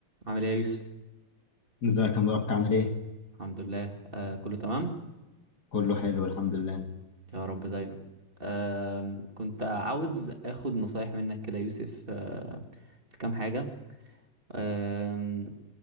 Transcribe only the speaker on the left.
ازيك يا مبارك عامل ايه؟
كله حلو الحمد لله